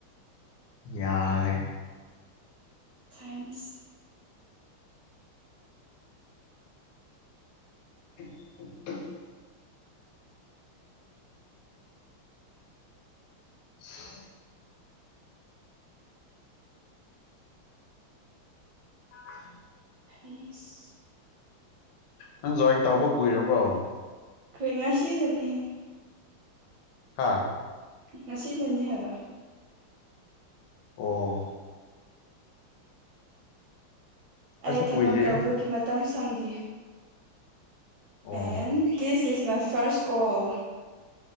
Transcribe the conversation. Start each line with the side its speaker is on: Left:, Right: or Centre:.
Left: ꯌꯥꯔꯦ
Right: ꯐ꯭ꯔꯦꯟꯁ
Left: <unintelligible> <unintelligible> <unintelligible>
Right: ꯑꯩꯈꯣꯏ
Left: ꯅꯪ ꯖꯣꯏꯟ ꯇꯧꯕ ꯀꯨꯏꯔꯕ꯭ꯔꯣ
Right: ꯈꯣꯏ ꯉꯁꯤꯗꯅꯤꯍꯦ
Left: ꯍꯥꯥ
Right: ꯉꯁꯤꯅꯅꯦ ꯍꯥꯏꯕ
Left: ꯑꯣ ꯑꯩꯁꯨ
Right: ꯑꯩ ꯊꯕꯛ
Left: ꯀꯨꯏꯗ꯭ꯔꯤꯍꯦ
Right: ꯇꯧꯕꯒꯤ ꯃꯇꯝ ꯁꯪꯗꯤ
Left: ꯑꯣ
Right: and this is my first call